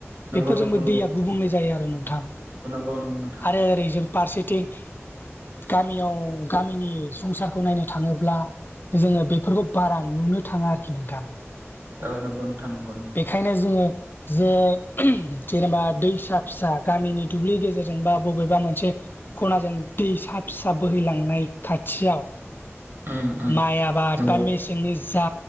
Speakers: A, on the right; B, on the left.
A: नंगौ
B: बेफोरजोंबो
A: नंगौ
B: दैया गुबुंले जायो आरो नोंथां।
A: ओ नंगौ नोंथां
B: आरो ओरै जों फारसेथिं गामियाव गामिनि संसारखौ नायनो थाङोब्ला जोङो बेफोरखौ बारा नुनो थाङा आरोखि नोंथां
A: औ नंगौ नोंथां नंगौ नंगौ
B: बेखायनो जोङो जे जेनेबा दैसा फिसा गामिनि दुब्लि गेजेरजों बा बबेबा मोनसे खनाजों दैसा फिसा बोहैलांनाय खाथियाव
A: उम उम
B: माइ आबाद
A: नंगौ
B: बा मेसेंनि जा